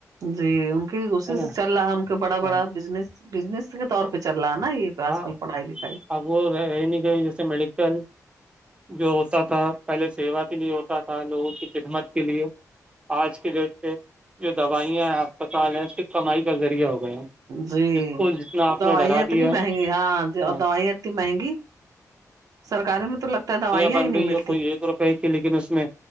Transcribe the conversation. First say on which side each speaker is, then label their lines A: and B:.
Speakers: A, on the right; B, on the right.
A: جی ان کی اسی
B: ہے نا
A: سے چل رہا ہے ان کے بڑا
B: ہاں
A: بڑا بزنس بزنس کے طور پہ چل رہا ہے نا یہ
B: ہاں
A: آج کل پڑھائی لکھائی
B: اب وہ رہی نہیں گئی جیسے میڈیکل جو ہوتا تھا پہلے سیوا کے لیے ہوتا تھا لوگوں کی خدمت کے لیے آج کی ڈیٹ پہ جو دوائیاں ہیں اسسپتال ہیں صرف کمائی کا ذریعہ ہو گئے ہیں
A: جی
B: جس کو جتنا آپ
A: دوائی
B: نے ڈرا
A: اتنی
B: دیا
A: مہنگی ہاں
B: ہے
A: اور دوائی اتنی مہنگی سرکاراری میں تو لگتا ہے دوائیاں
B: بن
A: ہی نہیں
B: رہی
A: ملتی
B: ہے کوئی ایک روپئے کی لیکن اس میں